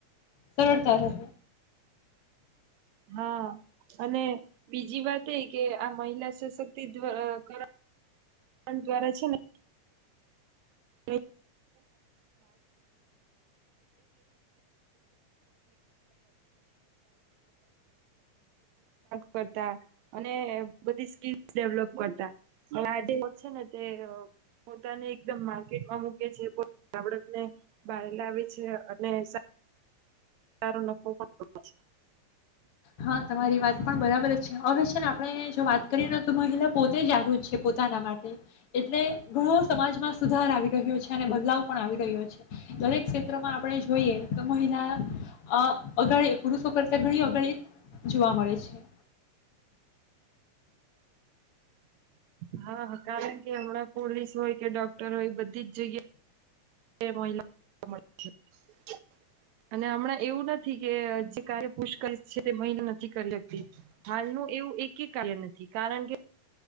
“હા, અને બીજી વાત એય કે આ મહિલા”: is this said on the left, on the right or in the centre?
Right